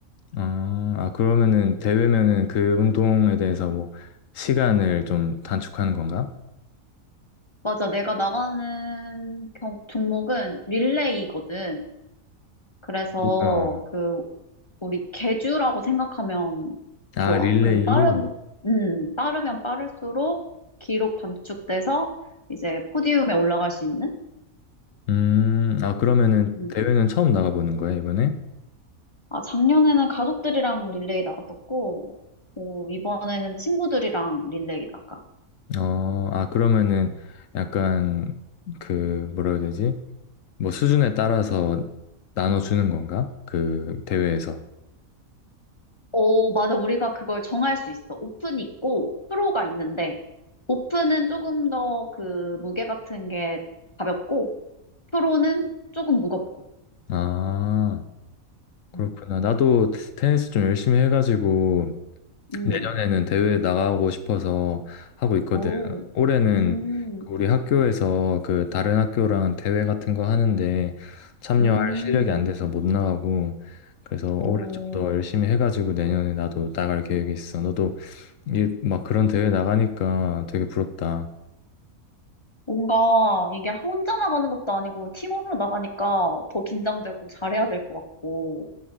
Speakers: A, on the left (about 70°); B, on the left (about 30°).
A: 아, 아, 그러면은 대회면은 그 운동에 대해서 뭐 시간을 좀 단축하는 건가?
B: 맞아. 내가 나가는 경- 종목은 릴레이거든. 그래서
A: 리- 어.
B: 그 우리 개주라고 생각하면 좋아.
A: 아, 릴레이.
B: 그래서 빠른, 음, 빠르면 빠를수록 기록 단축돼서 이제 포디움에 올라갈 수 있는?
A: 음, 아, 그러면은
B: 음.
A: 대회는 처음 나가보는 거야, 이번에?
B: 아, 작년에는 가족들이랑 릴레이 나갔었고, 오, 이번에는 친구들이랑 릴레이 나가.
A: 어, 아, 그러면은 약간 그 뭐라 해야 되지? 뭐 수준에 따라서 나눠주는 건가? 그 대회에서.
B: 오, 맞아. 우리가 그걸 정할 수 있어. 오픈이 있고, 프로가 있는데, 오픈은 조금 더 그 무게 같은 게 가볍고, 프로는 조금 무겁고.
A: 아. 그렇구나.
B: 음,
A: 나도 테니스 좀 열심히 해가지고
B: 음.
A: 내년에는 대회 나가고 싶어서 하고 있거든.
B: 오,
A: 올해는
B: 음.
A: 그 우리 학교에서 그 다른 학교랑 대회 같은 거 하는데 참여할
B: 음,
A: 실력이 안 돼서 못 나가고 그래서
B: 어,
A: 올해 좀 더 열심히 해가지고 내년에 나도 나갈 계획이 있어. 너도 이 막 그런 대회 나가니까 되게 부럽다.
B: 뭔가 이게 혼자 나가는 것도 아니고 팀으로 나가니까 더 긴장되고 잘해야 될 것 같고.